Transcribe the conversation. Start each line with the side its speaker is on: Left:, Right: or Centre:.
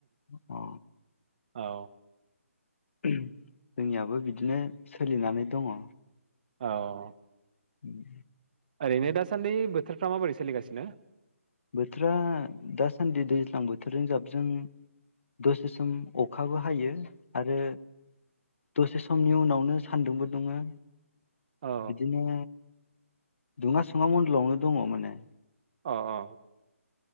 Left: अ।
Right: औ।
Left: ओम जोंनियाबो बिदिनो सोलिनानै दङ
Right: औ।
Left: उम।
Right: ओरैनो दासान्दि बोथोरफ्रा माबोरै सोलिगासिनो
Left: बोथोरा दासान्दि दैज्लां बोथोरजों जाबजों दसे सम अखाबो हायो आरो दसे समनि उनावनो सान्दुंबो दुङो
Right: औ
Left: बिदिनो दुङा सुङा <inaudible> दङ माने
Right: अ अ